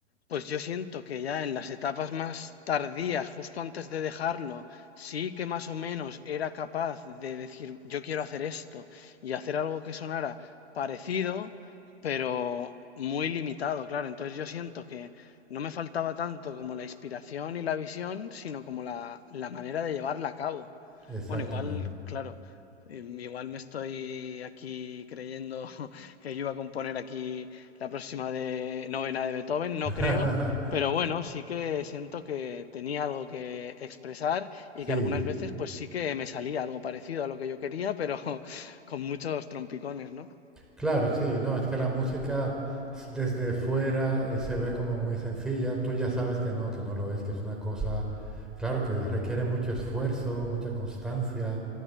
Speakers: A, on the left; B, in the centre.
A: Pues yo siento que ya en las etapas más tardías, justo antes de dejarlo, sí que más o menos era capaz de decir, yo quiero hacer esto y hacer algo que sonara parecido, pero muy limitado, claro. Entonces yo siento que no me faltaba tanto como la inspiración y la visión, sino como la, la manera de llevarla a cabo.
B: Exactamente.
A: Bueno, igual, claro, em, igual me estoy aquí creyendo <laughs> que yo iba a componer aquí la próxima de novena de Beethoven, no
B: <laughs>
A: creo, pero bueno, sí que siento que tenía algo que expresar y
B: Sí,
A: que algunas veces pues sí que me salía algo parecido a lo que yo quería, pero <laughs> con muchos trompicones, ¿no?
B: claro, sí, no, es que la música s- desde fuera eh, se ve como muy sencilla, tú ya sabes que no, que no lo es, que es una cosa, claro, que requiere mucho esfuerzo, mucha constancia,